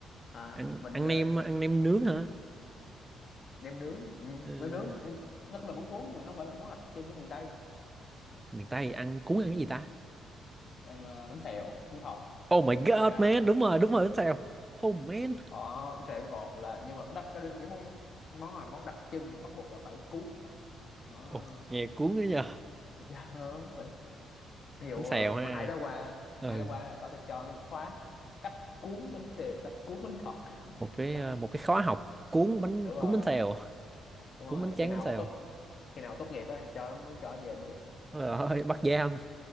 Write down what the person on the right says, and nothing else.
ăn
ăn
nem ăn nem nướng hả
ừ,
miền Tây
ăn cuốn ăn cái gì ta
Oh my god
man đúng rồi đúng rồi bánh xèo Oh man
Ôi, nghe cuốn đấy nhờ
bánh xèo
ha
ừ
một cái
ờ, một cái khóa học cuốn
bánh
cuốn
bánh xèo
cuốn
bánh tráng
bánh xèo
Ôi trời ơi bắt giam